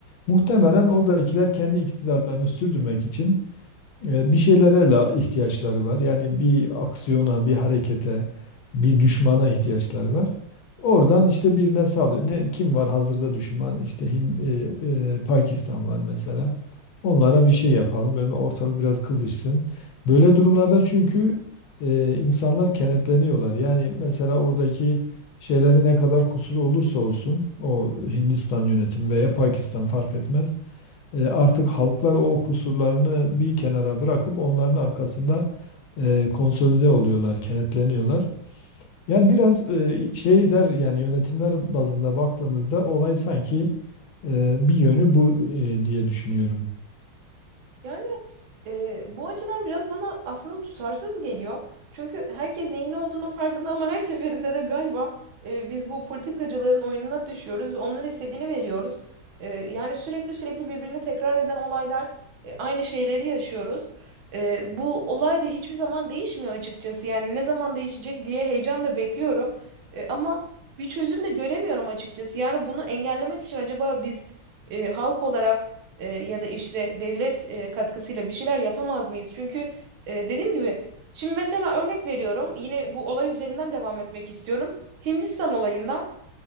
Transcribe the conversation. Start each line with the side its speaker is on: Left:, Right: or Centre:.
Left: Muhtemelen oradakiler kendi iktidarlarını sürdürmek için e, bir şeylere la ihtiyaçları var. Yani bir aksiyona, bir harekete, bir düşmana ihtiyaçları var. Oradan işte birine saldırıyor. Ne, kim var hazırda düşman? İşte Hin, e, e, Pakistan var mesela. Onlara bir şey yapalım. Böyle ortalık biraz kızışsın. Böyle durumlarda çünkü e, insanlar kenetleniyorlar. Yani mesela oradaki şeyleri ne kadar kusuru olursa olsun o Hindistan yönetimi veya Pakistan fark etmez. E, artık halklar o kusurlarını bir kenara bırakıp onların arkasında e, konsolide oluyorlar, kenetleniyorlar. Yani biraz e, şeyler yani yönetimler bazında baktığımızda olay sanki e, bir yönü bu e, diye düşünüyorum.
Right: Yani e, bu açıdan biraz bana aslında tutarsız geliyor. Çünkü herkes neyin ne olduğunu farkında ama <laughs> her seferinde de galiba e, biz bu politikacıların oyununa düşüyoruz ve onların istediğini veriyoruz. E, yani sürekli sürekli birbirini tekrar eden olaylar, e, aynı şeyleri yaşıyoruz. E, bu olay da hiçbir zaman değişmiyor açıkçası. Yani ne zaman değişecek diye heyecanla bekliyorum. E, ama bir çözüm de göremiyorum açıkçası. Yani bunu engellemek için acaba biz e, halk olarak e, ya da işte devlet e, katkısıyla bir şeyler yapamaz mıyız? Çünkü e, dediğim gibi şimdi mesela örnek veriyorum yine bu olay üzerinden devam etmek istiyorum. Hindistan olayından